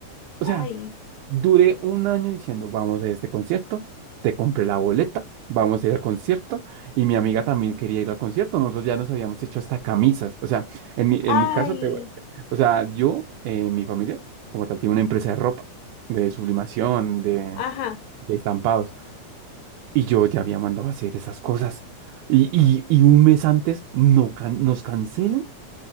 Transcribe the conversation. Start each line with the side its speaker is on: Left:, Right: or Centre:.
Right: O
Left: ay,
Right: sea, duré un año diciendo, vamos a este concierto, te compré la boleta, vamos a ir al concierto, y mi amiga también quería ir al concierto, nosotros ya nos habíamos hecho hasta camisas, o sea, en mi, en
Left: ay,
Right: mi caso, te o sea, yo, eh, mi familia, como tal, tiene una empresa de ropa, de sublimación, de,
Left: ajá,
Right: de estampados, y yo ya había mandado a hacer esas cosas, y, y, y un mes antes no can- nos cancelan